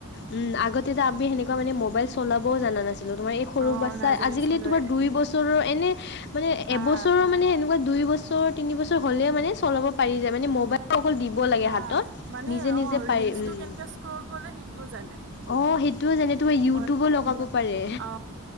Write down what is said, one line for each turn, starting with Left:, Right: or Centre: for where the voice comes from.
Left: উম, আগতেতো আমি সেনেক মানে মোবাইল চলাব‌ও জানা নাছিলোঁ তোমাৰ এই সৰু
Right: অ
Left: বাচ্ছা
Right: নাজানিছিলোয়ে
Left: আজিকালি তোমাৰ দুই বছৰৰ এনেই মানে
Right: হা
Left: এবছৰৰ মানে এনেকুৱা দুই বছৰ দুই বছৰ তিন বছৰ হলে মানে চলাব পাৰি যায় মানে মোবাইল অকল দিব লাগে
Right: হা
Left: হাতত
Right: মানে
Left: নিজে
Right: অ'
Left: নিজে
Right: ৰিলচটো
Left: পাৰি উম।
Right: কেনেকে স্ক্ৰল কৰে সেইটোও জানে
Left: অ' সেইটোও জানে তোমাৰ ইউটিউবো
Right: মই
Left: লগাব পাৰে
Right: অ